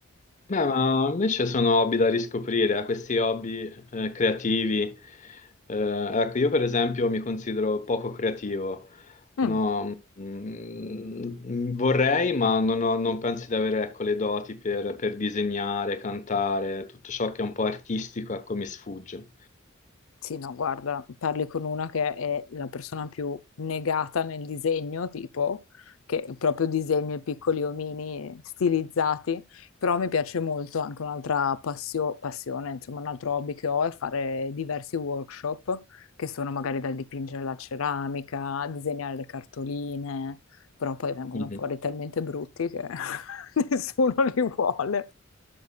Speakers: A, on the left; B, on the left.
A: Beh, ma invece sono hobby da riscoprire, eh, questi hobby eh, creativi. Eh, ecco, io per esempio mi considero poco creativo.
B: Mm.
A: No, mm, vorrei, ma non, ho- non penso di avere, ecco, le doti per, per disegnare, cantare, tutto ciò che è un po' artistico, ecco, mi sfugge.
B: Sì, no, guarda, parli con una che è la persona più negata nel disegno, tipo, che proprio disegna i piccoli omini stilizzati, però mi piace molto anche un'altra passio- passione, insomma, un altro hobby che ho è fare diversi workshop, che sono magari dal dipingere la ceramica, a disegnare le cartoline però poi vengono
A: Mhm.
B: fuori talmente brutti che <laughs> nessuno li vuole.